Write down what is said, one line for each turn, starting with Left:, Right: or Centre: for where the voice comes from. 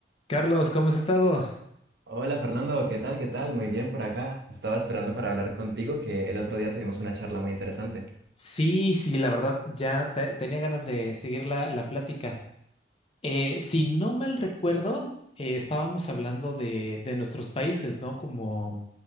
Left: Carlos, ¿cómo has estado?
Right: Hola Fernando, ¿qué tal? ¿Qué tal? Muy bien por acá. Estaba esperando para hablar contigo que el otro día tuvimos una charla muy interesante.
Left: Sí, sí, la verdad, ya te- tenía ganas de seguir la, la plática. Eh, si no mal recuerdo, eh, estábamos hablando de, de nuestros países, ¿no? Como